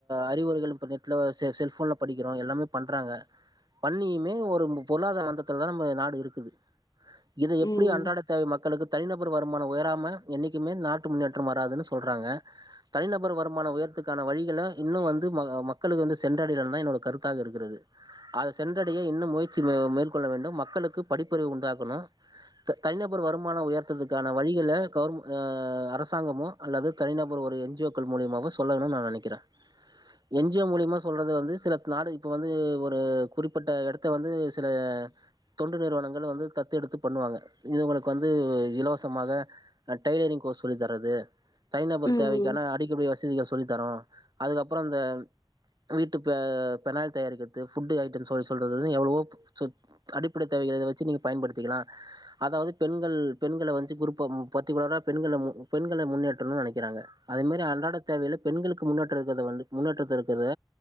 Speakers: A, on the right; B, on the left.
A: அறிகுரைகள் இப்ப நெட்ல செல்போன்ல படிக்கிறோ எல்லாமே பண்றாங்க பண்ணியுமே ஒரு பொருளாதார மந்தத்துல தா நம்ம நாடு இருக்குது இத எப்டி
B: ம்
A: அன்றாட
B: ம்
A: தேவ மக்களுக்கு தனிநபர் வருமான உயராம என்னைக்குமே நாட்டு முன்னேற்ற வராதுனு சொல்றாங்க தனிநபர் வருமான உயரத்துக்கான வழிகள இன்னு வந்து மக்களுக்கு வந்து சென்றடயலனு தா என்னோட கருத்தாக இருக்கிறது அது சென்றடைய இன்னு முயற்சி மேற்கொள்ள வேண்டு மக்களுக்கு படிப்பறிவு உண்டாக்கணு தனிநபர் வருமான உயர்த்துறத்துக்கான வழிகள கவர் அரசாங்கமோ அல்லது தனிநபர் ஒரு என் ஜி ஓ க்கள் மூலமாவோ சொல்லனுனு நா நெனைக்கறே என் ஜி ஓ மூலியமா சொல்றது வந்து சில நாடு இப்ப வந்து ஒரு குறிப்பிட்ட இடத்த வந்து சில தொண்டு நிறுவனங்கள் வந்து தத்தெடுத்து பண்ணுவாங்க இவங்களுக்கு வந்து இலவசமாக டெய்லரிங் கோர்ஸ் சொல்லி தரது தனிநபர்
B: ம்
A: தேவைக்கான
B: ம்.
A: அடிப்படை வசதிகள் சொல்லி தரோ அதுக்கப்புற அந்த வீட்டு பெனாயில் தயாரிக்கிறது ஃபுட்டு ஐட்டம் சொல்ல சொல்றது எவ்ளவோ சொ அடிப்பட தேவைகள வச்சி நீங்க பயன்படுத்திக்கலா அதாவது பெண்கள் பெண்கள வஞ்சி குறுப்ப பற்றிகுலரா பெண்கள பெண்கள முன்னேற்றணும்னு நெனைக்கிறாங்க அதே மாரி அன்றாட தேவைகல பெண்களுக்கு முன்னேற்ற இருக்கத வந்து முன்னேற்ற இருக்கிது